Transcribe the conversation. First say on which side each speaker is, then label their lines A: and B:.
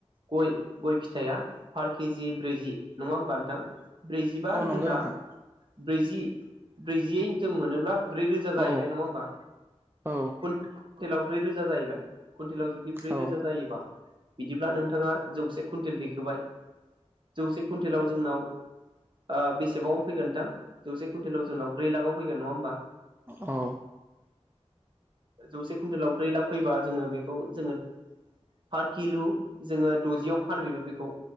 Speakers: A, on the right; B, on the right.
A: गय गय फिथाया पार केजि ब्रैजि नङा होमबा नोंथां। ब्रैजिबा
B: औ नंगौ
A: जोंना
B: नोंथां
A: ब्रै जि ब्रैजियै जों मोनोब्ला ब्रै रोजा जाहैबाय
B: औ
A: नङा होमबा?
B: औ
A: कुवइन्टेलाव ब्रै रोजा जाहैबाय? कुइन्टेलाव जुदि ब्रै
B: औ
A: रोजा जायोबा बिदिब्ला नोंथाङा जौसे कुइन्टेल दैखोबाय। जौसे कुवन्टेलाव जोंनाव ओ बेसेबां फैगोन नोंथां? जौसे कुइन्टेलाव जोंनाव ब्रै लाखआव फैगोन नङा होमबा?
B: औ।
A: जौसे कुइन्टेलाव ब्रै लाख फैबा जोङो बेखौ जोङो पार किलु जोङो द'जियाव फानहैबाय बेखौ